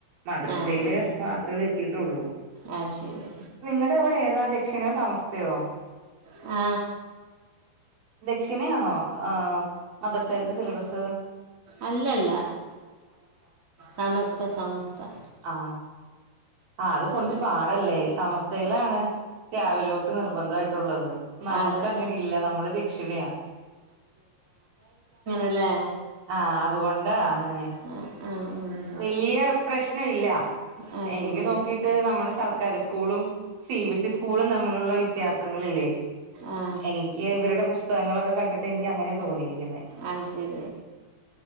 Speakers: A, on the right; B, on the right.
A: മദ്രസയില്
B: ആ ആ
A: വാക്കുകൾ എത്തിട്ടെള്ളൂ
B: ആ ശരി
A: നിങ്ങളവിടെ ഏതാ ദക്ഷിണോ സമസ്തയോ
B: ആ
A: ദക്ഷിണയാണോ ആ മദ്രസേതെ സിലബസ്
B: അല്ലല്ല സമസ്ത സമസ്ത
A: ആ ആ അത് കൊറച്ച്
B: ഉം,
A: പാടല്ലേ സമസ് സ്തയിലാണ് രാവിലേത്ത് നിർബന്ധയിട്ടുള്ളത് നമക്ക്
B: അതെ
A: അങ്ങനെ ഇല്ല നമ്മള് ദക്ഷിണ
B: അല്ലേ
A: ആ അതുകൊണ്ട് അങ്ങനെ
B: ആ ആ ആ
A: വലിയ പ്രശ്ന ഇല്ല
B: ആ അത്
A: എനിക്ക്
B: ശരി
A: നോക്കിട്ട് നമ്മുടെ സർക്കാർ സ്കൂളും സി ബി എസ് സ്കൂളും തമ്മിലുള്ള വ്യത്യാസങ്ങളില്ലേ
B: ആ
A: എനിക്ക് ഇവരുടെ പുസ്തകങ്ങളൊക്കെ കണ്ടിട്ട് എനിക്ക് അങ്ങനെ തോന്നിയിരിക്കുന്നേ
B: അത് ശരി